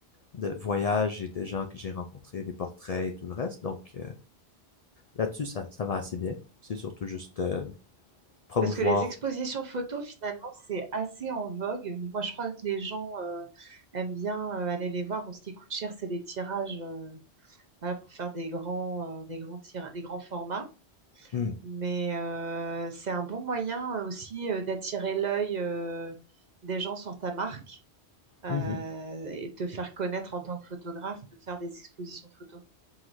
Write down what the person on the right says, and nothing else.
Parce que les expositions photos, finalement, c'est assez en vogue. Moi, je crois que les gens euh, aiment bien euh, aller les voir. Bon, ce qui coûte cher, c'est les tirages euh, voilà, pour faire des grands, euh, des grands tira- des grands formats.
Mais euh, c'est un bon moyen euh, aussi euh, d'attirer l'œil euh, des gens sur ta marque euh,
et de te faire connaître en tant que photographe, de faire des expositions photos.